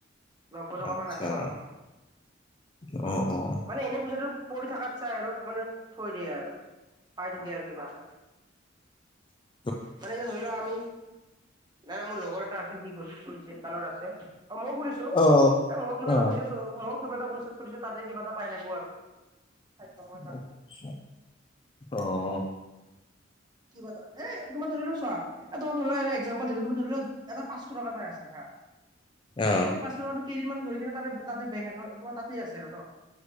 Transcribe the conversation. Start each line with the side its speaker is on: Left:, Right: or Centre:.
Right: নবৈ টকা
Left: আচ্ছা
Right: মান আহে মাহত উমঁ'
Left: অ', অ',
Right: মানে এনেই পইচাটো পৰি থকাত চাই আৰু মানে থৈ দিয়ে আৰু পাই থাকে আৰু। কিবা এটা
Left: অঁ।
Right: যেনেকে ধৰি লোৱা আমি নাই মোৰ লগৰ এটা আছিল সি গ'ল, খুলিছে তাৰ লগত আছে, অঁ' মইয়ো খুুলিছো
Left: অ',
Right: মই কিবা এটা
Left: অ'।
Right: পইছা মইও কিবা এটা পইছা থৈ দিছোঁ তাত সেই কিবা এটা পাই থাকো আৰু। টকা মান পালো
Left: আচ্ছা' অঁ।
Right: কিবা এটা, এ তোমাৰ ধৰি লোৱা চোৱা এ তোমাৰ ধৰি লোৱা এ এক্সাম্পল দিলো তোমাৰ ধৰি লোৱা এটাত পাচশ টকা পাই আছা হা
Left: অঁ।
Right: পাচশ টকাতো কেইদিনমান <unintelligible> তাতে বেংক একাউণ্ট, তোমাৰ তাতে আছে আৰু ন'।